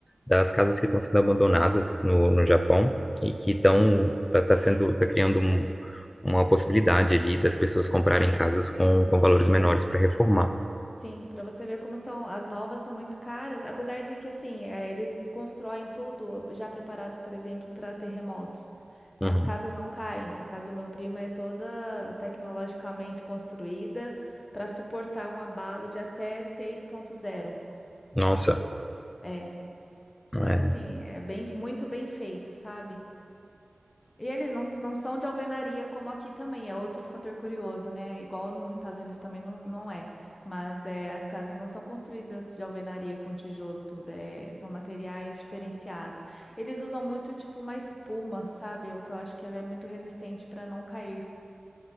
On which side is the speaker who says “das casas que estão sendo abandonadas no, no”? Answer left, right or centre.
Left